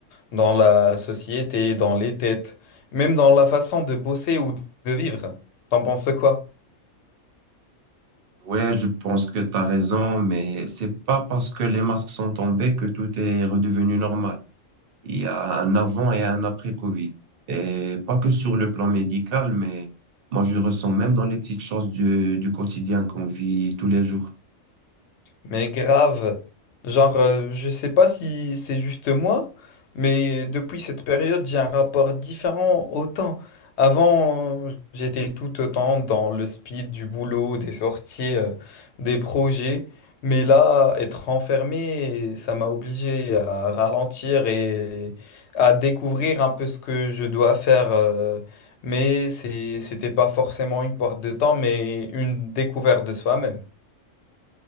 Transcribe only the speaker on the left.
dans la société, dans les têtes, même dans la façon de bosser ou de vivre. T'en penses quoi?
Mais grave, genre, euh, je sais pas si c'est juste moi, mais depuis cette période, j'ai un rapport différent au temps. Avant, j'étais tout autant dans le speed du boulot, des sorties, euh, des projets. Mais là, être enfermé, ça m'a obligé à ralentir et à découvrir un peu ce que je dois faire. euh, mais c'est- c'était pas forcément une porte de temps, mais une découverte de soi-même.